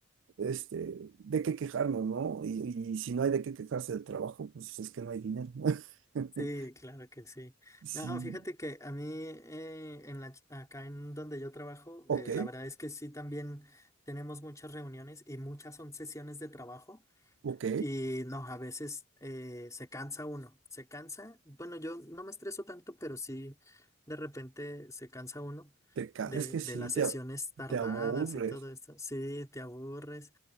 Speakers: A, on the right; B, on the left.
A: este, de qué quejarnos, ¿no? Y, y si no hay de qué quejarse del trabajo, pues es que no hay dinero, ¿no? <laughs>
B: Sí, claro que sí.
A: Sí,
B: No, fíjate que a mí eh, en la, ch- acá en donde yo trabajo,
A: ok,
B: eh, la verdad es que sí también tenemos muchas reuniones y muchas son sesiones de trabajo
A: ok.
B: y no, a veces eh, se cansa uno, se cansa. Bueno, yo no me estreso tanto, pero sí de repente se cansa uno
A: Te ca-
B: de,
A: es que sí,
B: de las
A: te,
B: sesiones
A: a-
B: tardadas
A: te aburres.
B: y todo esto. Sí, te aburres.